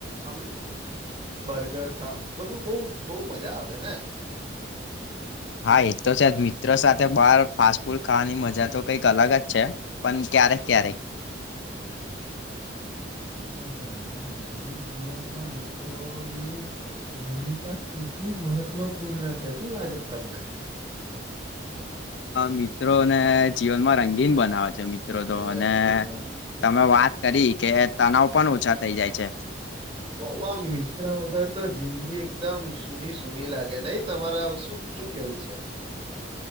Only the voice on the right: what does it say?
આમ બર્ગર ખા બધું બહ બહ મજા આવે ને
એ તો છે આમ દૈનિક જીવનમાં મિત્રોની ભૂમિકા કેટલી મહત્વપૂર્ણ છે શું લાગે તમને?
અરે
વાહ વાહ
બહ આ મિત્ર વગર તો જિંદગી એકદમ સ સુની સુની લાગે નહી તમારા શું શું કેવું છે.